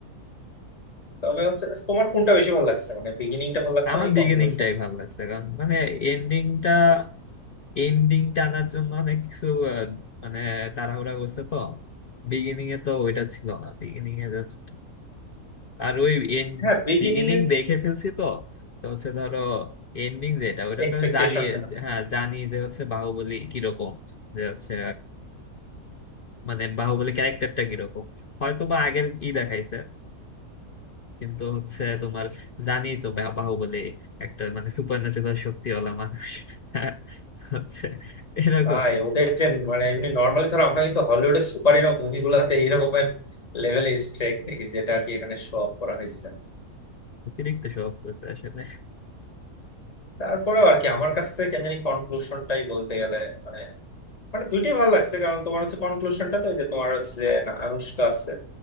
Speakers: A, on the left; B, on the left.
A: তবে হচ্ছে তোমার কোনটা বেশি ভালো লাগছে মানে বিগিনিংটা ভালো লাগছে
B: আমার
A: না এই
B: বিগিনিংটাই
A: কনক্লুশন
B: ভালো লাগছে কারণ মানে এন্ডিংটা এন্ডিং টানার জন্য অনেক কিছু আহ, মানে তাড়াহুড়া করছে তো বিগিনিং এ তো ওইটা ছিল না বিগিনিং এ জাস্ট আর ওই এন্ড
A: হ্যাঁ বিগিনিং
B: বিগিনিং
A: এর
B: দেখে ফেলছি তো তো হচ্ছে ধরো এন্ডিং যেটা ওইটা
A: এক্সপেকটেশনটা
B: তো আমি জানি হ্যাঁ জানি যে হচ্ছে বাহুবলী কিরকম যে হচ্ছে মানে বাহুবলী ক্যারেক্টারটা কিরকম হয়তো বা আগের ই দেখাইছে কিন্তু হচ্ছে তোমার জানি তো বা- বাহুবলী একটা মানে সুপার ন্যাচুরাল শক্তিওয়ালা মানুষ <laughs> হ্যাঁ, তো হচ্ছে এরকমই
A: ভাই ওদের যে মানে এমনি নর্মালি ধরো আমরা কিন্তু হলিউডের সুপার হিরো মুভিগুলোতে এইরকমের লেভেলে স্ট্রেক দেখি যেটা আর কি এখানে শো অফ করা হয়েছে
B: অতিরিক্ত শখ করছে আসলে
A: তারপরেও আর কি আমার কাছে কেন জানি কনক্লুশনটাই বলতে গেলে মানে মানে দুইটাই ভালো লাগছে কারণ তোমার হচ্ছে কনক্লুশনটা তো ওই যে তোমার হচ্ছে যে না, আনুশকা আছে